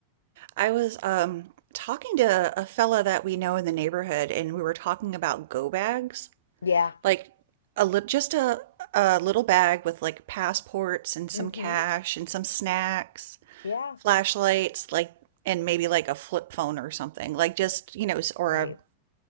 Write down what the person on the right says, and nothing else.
I was um talking to a fella that we know in the neighborhood and we were talking about go bags
Like a lit just a a little bag with like passports and some
cash and some snacks,
flashlights, like and maybe like a flip phone or something. Like just, you know, s- or
a,